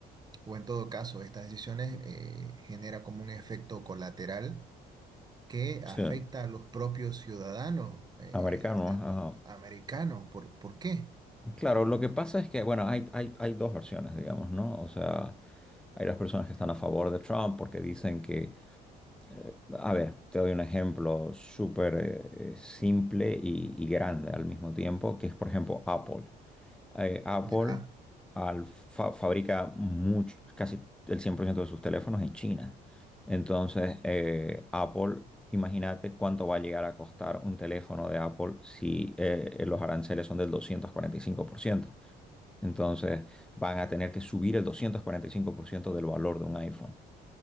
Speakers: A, on the right (about 25°); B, in the centre.
A: o en todo caso, estas decisiones eh, genera como un efecto colateral que
B: sí,
A: afecta a los propios ciudadanos eh,
B: americanos,
A: de am-
B: ajá.
A: americanos? ¿Por, por qué?
B: Claro, lo que pasa es que, bueno, hay, hay, hay dos versiones, digamos, ¿no? O sea, hay las personas que están a favor de Trump porque dicen que eh, A ver, te doy un ejemplo súper eh, eh, simple y, y grande al mismo tiempo, que es, por ejemplo, Apple. Eh, Apple
A: Ya.
B: al- fa- fabrica mucho, casi el 100% de sus teléfonos en China. Entonces, eh, Apple, imagínate cuánto va a llegar a costar un teléfono de Apple si eh, los aranceles son del 245%. Entonces, van a tener que subir el 245% del valor de un iPhone.